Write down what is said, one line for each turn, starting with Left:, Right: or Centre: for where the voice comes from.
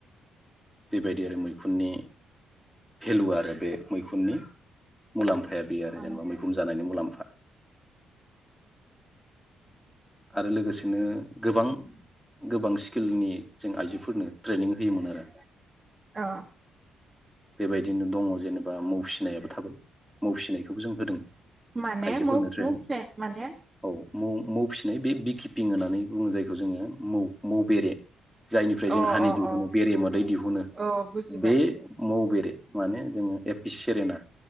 Centre: बेबायदि आरो मैखुननि भेलु आरो बे मैखुननि मुलाम फाया बेयो आरो
Right: अ
Centre: जेनेबा मैखुन जानायनि मुलाम आरो लोगोसेनो गोबां गोबां स्किलनि जों आइजोफोरनो ट्रेनिं होयोमोन आरो।
Right: अ
Centre: बेबायदिनो दंङ। जेनेबा मौ फिनाय थाबाय मौ फिनायखौबो जों होदों।
Right: माने
Centre: आइजोफोरनो
Right: मौ-मौ
Centre: ट्रेनिं
Right: माने?
Centre: औ मौ मौ फिसिनाय बे बि किपिं होननानै बुंङो जायखौ जोंङो मौ मौ बेरे। जायनिफ्राय
Right: अ
Centre: जों हानि दिहुनो
Right: अ
Centre: बेरे मोदै दिहुनो
Right: अ बुजिबाय
Centre: बे मौ बे बे माने जोंङो बे बि सिरिना